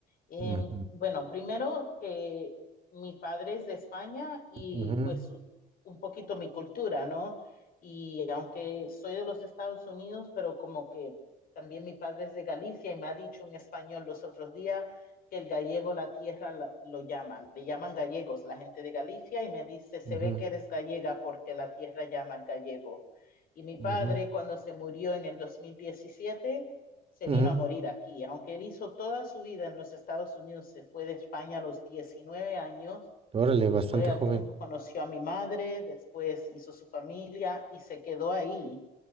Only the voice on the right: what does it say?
Ujú,
ujú,
ujú,
ujú,
ujú.
Órale, bastante
joven.